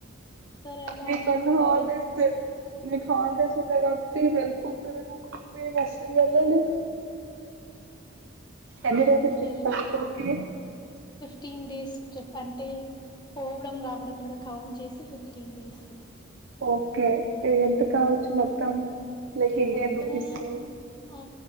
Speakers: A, on the left (about 25°); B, on the right (about 80°).
A: సరే అలా
B: మీకన్న
A: అని మా
B: హాలిడేస్
A: కాలేజ్
B: దొర్ మీకు హాలిడేస్ ఉన్నాయి కాబట్టి వెళ్ళిపోతారెమో మేము అసలు వెళ్ళాలేము ఎన్ని రోజుల
A: మేము
B: ట్రిప్
A: వెళ్ళి
B: <unintelligible>
A: ఫిఫ్టీన్ డేస్ ట్రిప్ అంటే పోవడం రావడం కూడా కౌంట్ చేసి ఫిఫ్టీన్ డేస్
B: ఓకే ఎంత కావచ్చు మొత్తం లైక్ ఇండియన్
A: మొత్తం
B: రూపీస్ లో
A: ఆ